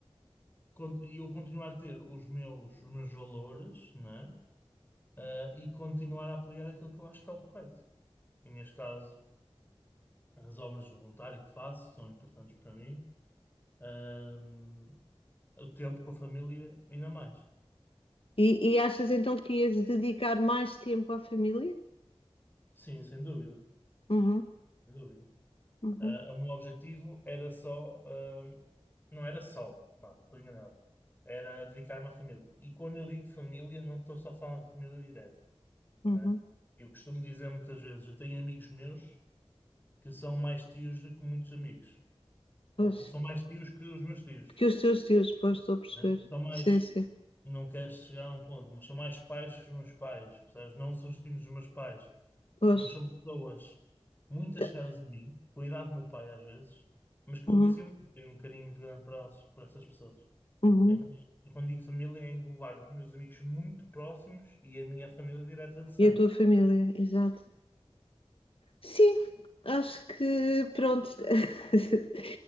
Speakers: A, on the left; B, on the left.
A: con- eu continuar a ter os meus, os meus valores, não é? eh, e continuar a apoiar aquilo que eu acho que é o correto. E neste caso, as obras de voluntário que faço são importantes para mim, ahm, o tempo com a família ainda mais.
B: E, e achas então que ias dedicar mais tempo à família?
A: Sim, sem dúvida,
B: Uhum,
A: sem dúvida.
B: uhum,
A: Ah, o meu objetivo era só, ahm, não era só, bah, estou enganado, era dedicar-me à família. E quando eu digo família, não estou só a falar de família direta,
B: uhum.
A: né? Eu costumo dizer muitas vezes, eu tenho amigos meus que são mais tios do que muitos amigos.
B: Pois.
A: Ou são mais tios que os meus tios.
B: Que os teus tios, pois, estou a perceber.
A: né? São mais,
B: Sim, sim.
A: não queres chegar a um ponto, mas são mais pais que os meus pais, percebes? Não sou destino dos meus pais,
B: Pois.
A: mas são pessoas muitas
B: Tá.
A: caras a mim, com a idade do meu pai às vezes, mas que
B: Uhum,
A: eu aprecio muito, tenho um carinho muito grande para elas, para essas pessoas.
B: uhum.
A: Então, eu quando digo família, é englobar os meus amigos muito próximos e a minha família direta de sangue,
B: E a tua família, exato. Sim, acho que pronto. <laughs>